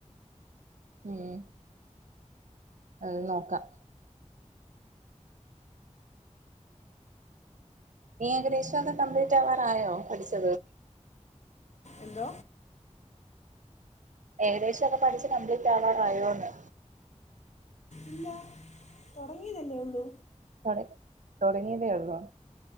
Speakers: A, on the right; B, on the left.
A: ഉം അത് നോക്കാം നീ അഗ്രശോ ഒക്കെ കംപ്ലീറ്റ് ആവാറായോ പഠിച്ചത്
B: എന്ത
A: ഏകദേശം ഒക്കെ പഠിിച്ചു കംപ്ലീറ്റ് ആവാൻ കഴിയോന്ന്
B: ഇല്ല തുടങ്ങിയതല്ലേ ഉള്ളൂ
A: ട തുടങ്ങിയതേ ആരുന്നുോ